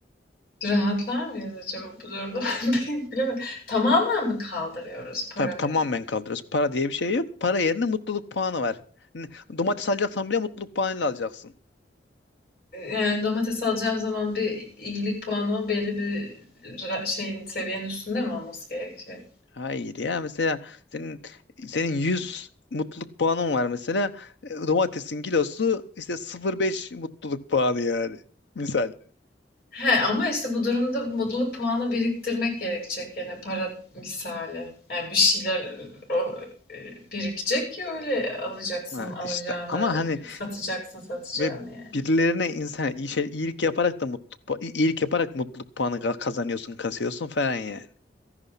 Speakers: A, on the left; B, on the left.
A: Rahatlar mıyız acaba bu durumda? <laughs> Pek bilemedim. Tamamen mi kaldırıyoruz paramı?
B: Tabii tamamen kaldırırız. Para diye bir şey yok. Para yerine mutluluk puanı var. N- Domates alacaksan bile mutluluk puanıyla alacaksın.
A: Yani domates alacağım zaman bir iyilik puanımın belli bir ra- şeyin seviyenin üstünde mi olması gerekecek?
B: Hayır ya mesela senin senin 100 mutluluk puanın var mesela. E, Domatesin kilosu işte sıfır virgül beş mutluluk puanı yani. Misal.
A: He, ama işte bu durumda mutluluk puanı biriktirmek gerekecek yani para misali. Yani bir şeyler e, o, e, birikecek ki öyle alacaksın
B: Ha
A: alacağını,
B: işte ama hani
A: satacaksın satacağını
B: ve
A: yani.
B: birilerine insan iyi şey iyilik yaparak da mutluluk pu- i- iyilik yaparak mutluluk puanı ka- kazanıyorsun, kasıyorsun falan yani.